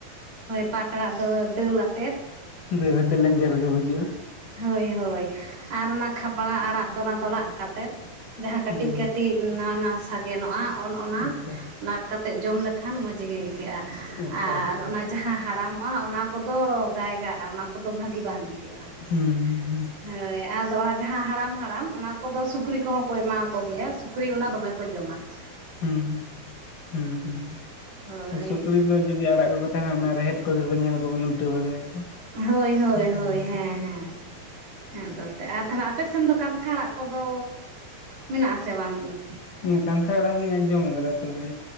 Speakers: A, on the right; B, on the left.
A: ᱦᱳᱭ ᱯᱟᱴ ᱟᱲᱟᱜ ᱫᱚ ᱫᱟᱹᱞ ᱟᱛᱮᱫ ᱾
B: ᱫᱟᱹᱞ ᱟᱛᱮᱜ ᱞᱮᱧᱡᱮᱨ ᱜᱮ ᱵᱩᱡᱩᱜᱼᱟ ᱾
A: ᱦᱳᱭ ᱦᱳᱭ ᱟᱨ ᱚᱱᱟ ᱠᱷᱟᱯᱨᱟ ᱟᱲᱟᱜ ᱫᱚ ᱚᱱᱟ ᱫᱚ ᱞᱟᱜ ᱠᱟᱛᱮᱫ, ᱡᱟᱦᱟᱸ ᱠᱟᱹᱴᱤᱡ
B: ᱦᱩᱸ
A: ᱠᱟᱹᱴᱤᱡ ᱱᱟᱣᱟ ᱱᱟᱣᱟ ᱥᱟᱜᱮᱱᱚᱜᱼᱟ ᱚᱱ ᱚᱱᱟ
B: ᱟᱪᱪᱷᱟ
A: ᱞᱟ ᱠᱟᱛᱮᱫ ᱡᱚᱢ ᱞᱮᱠᱷᱟᱱ ᱢᱚᱡᱽ ᱜᱮ ᱟᱹᱭᱠᱟᱹᱜᱼᱟ
B: ᱟᱪᱪᱷᱟ
A: ᱟᱨ
B: ᱟᱪᱪᱷᱟ
A: ᱚᱱᱟ
B: ᱟᱪᱪᱷᱟ
A: ᱡᱟᱦᱟᱸ ᱦᱟᱲᱟᱢ, ᱢᱚᱜᱼᱟ ᱚᱱᱟ ᱠᱚᱫᱚ ᱜᱟᱭ ᱜᱟᱜᱼᱟ ᱚᱱᱟ ᱠᱚᱫᱚ ᱵᱷᱟᱹᱜᱤ ᱵᱟᱝ ᱟᱹᱭᱠᱟᱹᱜᱼᱟ ᱾
B: ᱦᱩᱸ ᱦᱩᱸ ᱦᱩᱸ ᱾
A: ᱦᱳᱭ ᱟᱫᱚ ᱚᱱᱟ ᱡᱟᱦᱟᱸ ᱦᱟᱲᱟᱢ ᱦᱟᱲᱟᱢ ᱚᱱᱟ ᱠᱚᱫᱚ ᱥᱩᱠᱨᱤ ᱠᱚᱦᱚᱸ ᱠᱚ ᱮᱢᱟ ᱠᱚ ᱜᱮᱭᱟ ᱥᱩᱠᱨᱤ ᱚᱱᱟ ᱫᱚᱢᱮ, ᱠᱚ ᱡᱚᱢᱟ ᱾
B: ᱦᱩᱸ ᱦᱩᱸ ᱦᱩᱸ
A: ᱦᱳᱭ
B: ᱥᱩᱠᱲᱤ ᱫᱚ ᱡᱩᱫᱤ ᱟᱲᱟᱜ ᱠᱚᱠᱚ ᱛᱟᱦᱮᱱᱟ ᱚᱱᱟ ᱨᱮᱦᱮᱫ ᱠᱚᱜᱮ ᱠᱚ ᱧᱮᱞ ᱠᱚᱵᱤᱱ ᱩᱴᱟᱹ ᱵᱟᱲᱟᱭᱟᱠᱚ
A: ᱦᱳᱭ ᱦᱳᱭ ᱦᱳᱭ
B: ᱡᱚᱢᱟᱠᱚ
A: ᱦᱮᱸ ᱦᱮᱸ ᱦᱮᱸ ᱛᱮᱫ ᱟᱨ ᱛᱟᱦᱚᱞᱮ ᱟᱯᱮ ᱥᱮᱱ ᱫᱚ ᱠᱟᱱᱛᱷ ᱟᱲᱟᱜ ᱠᱚᱫᱚ ᱢᱮᱱᱟᱜ ᱟᱥᱮ ᱵᱟᱹᱱᱩᱜᱼᱟ
B: ᱦᱮᱸ ᱠᱟᱱᱛᱷᱟᱲ ᱟᱲᱟᱜ ᱦᱚᱸ ᱡᱚᱢ ᱟᱠᱟᱫᱟ ᱛᱚᱵᱮ